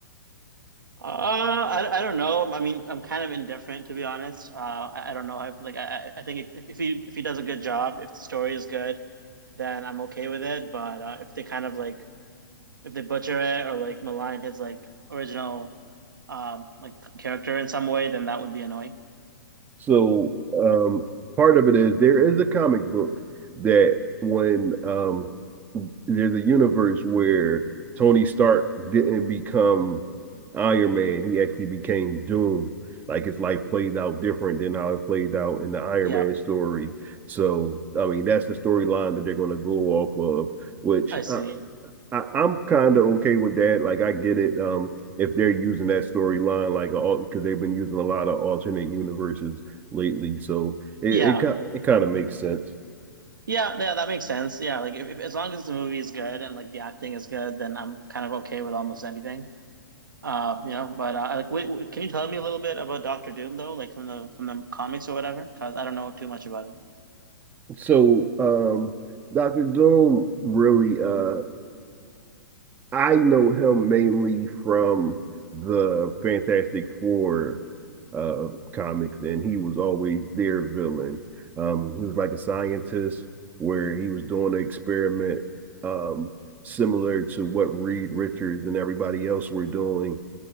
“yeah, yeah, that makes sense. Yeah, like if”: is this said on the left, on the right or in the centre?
Right